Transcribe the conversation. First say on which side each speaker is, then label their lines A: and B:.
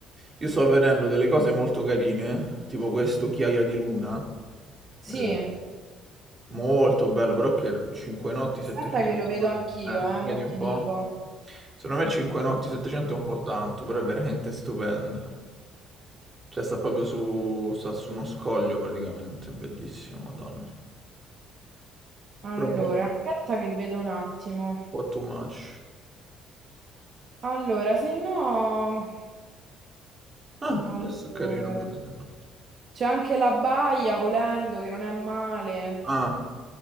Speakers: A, on the right (about 20°); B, on the right (about 40°).
A: Io sto vedendo delle cose molto carine, tipo questo Chiaia di Luna.
B: Sì,
A: eh, molto bello, però che 5 notti
B: aspetta
A: 700.
B: che lo vedo anch'io,
A: Eh,
B: eh,
A: vedi
B: mo
A: un
B: ti
A: po'?
B: dico.
A: Secondo me 5 notti 700 è un po' tanto, però è veramente stupendo. Cioè sta proprio su, sta su uno scoglio praticamente, è bellissimo, Madonna.
B: Allora,
A: Però un po', un
B: aspetta che vedo un attimo.
A: po' too much.
B: Allora, se no...
A: Ah,
B: Allora...
A: questo è carino pure, se no.
B: C'è anche la baia, volendo, che non è male.
A: Ah,